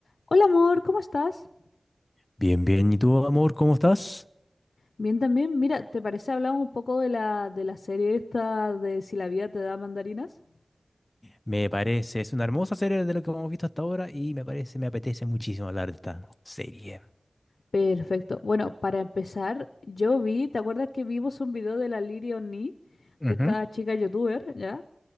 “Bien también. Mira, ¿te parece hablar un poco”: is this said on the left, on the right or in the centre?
Left